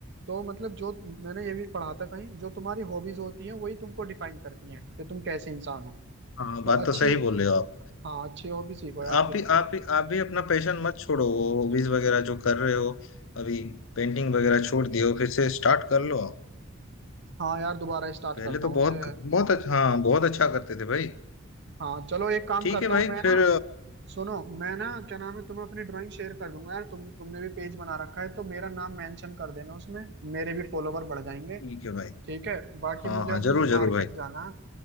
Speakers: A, on the right (about 55°); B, on the left (about 65°).
A: तो मतलब जो मैंने ये भी पढ़ा था कहीं जो तुम्हारी हॉबीज होती हैं वही तुमको डिफाइन करती हैं कि तुम कैसे इंसान हो
B: हाँ,
A: तो
B: बात
A: अच्छी
B: तो सही बोल रहे हो आप
A: हाँ अच्छी हॉबी सीखो यार
B: आप
A: फिर
B: भी
A: इस
B: आप भी आप भी अपना पैशन मत छोड़ो वो हॉबीज वगैरह जो कर रहे हो अभी पेंटिंग वगैरह छोड़ दियो फिर से स्टार्ट कर लो आप
A: हाँ यार दोबारा स्टार्ट
B: पहले
A: करता
B: तो
A: हूँ उसे
B: बहुत बहुत अच्छा हाँ बहुत अच्छा करते थे भाई
A: हाँ चलो एक काम
B: ठीक
A: करता
B: है
A: हूँ
B: भाई
A: मैं ना
B: फिर
A: सुनो मैं ना क्या नाम है तुम्हें अपनी ड्राइंग शेयर कर दूंगा यार तुम तुमने भी पेज बना रखा है तो मेरा नाम मेंशन कर देना उसमें मेरे भी फॉलोवर बढ़ जाएंगे
B: ठीक है भाई
A: ठीक है बाकी
B: हाँ
A: मुझे
B: हाँ
A: अभी
B: जरूर जरूर
A: मार्केट
B: भाई
A: जाना है